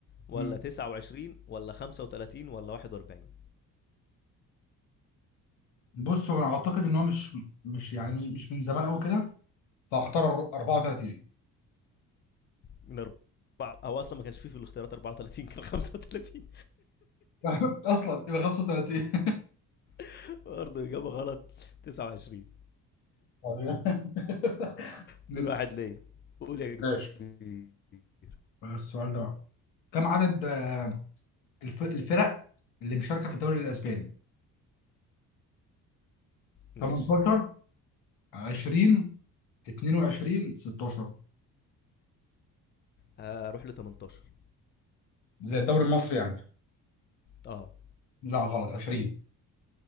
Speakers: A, on the left; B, on the left.
A: ولا
B: مم.
A: 29 ولا 35 ولا 41
B: بص هو انا اعتقد ان هو مش مش يعني مش مش من زمان قوي كده فاختار 34
A: من اربعه او اصلا ما كانش فيه في الاختيارات 34 كان 35
B: <laughs> اصلا يبقى 35
A: <applause> برضه اجابه غلط 29
B: <laughs> مم.
A: 2 1 ليا قول يا
B: ماشي
A: كبير
B: السؤال ده بقى. كم عدد آه، الف- الفرق اللي مشاركة في الدوري الاسباني
A: ماشي
B: 18 20 22 16
A: هروح ل 18
B: زي الدوري المصري يعني
A: اه
B: لا غلط 20